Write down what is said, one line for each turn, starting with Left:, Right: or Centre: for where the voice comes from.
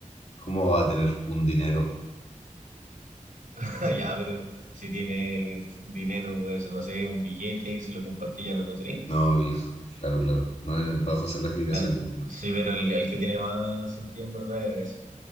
Left: cómo va a tener un dinero?
Right: <laughs> Ya, pero si tienes dinero, pues no sé, un billete y si lo compartís ya no lo tenéis.
Left: No, claro, claro. No, en- bajo esa lógica
Right: Bueno,
Left: sí, pero bueno.
Right: sí, pero el, el que tiene más sentido en verdad era ese.